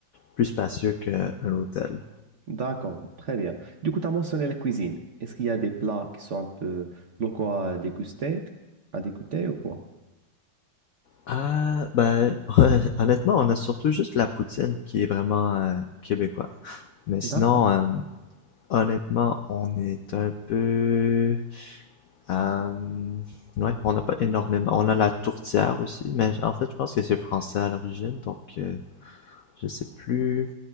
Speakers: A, on the left (about 75°); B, on the right (about 55°).
A: plus spacieux qu'un hôtel.
B: D'accord, très bien. Du coup, tu as mentionné la cuisine. Est-ce qu'il y a des plats qui sont un peu locaux à déguster, à dégoûter ou quoi?
A: Ah, ben, <laughs> honnêtement, on a surtout juste la poutine qui est vraiment euh, québécois. Mais
B: D'accord.
A: sinon, euh, Honnêtement, on est un peu, hem, ouais, on n'a pas énormément. On a la tourtière aussi, mais en fait, je pense que c'est français à l'origine, donc euh, je sais plus.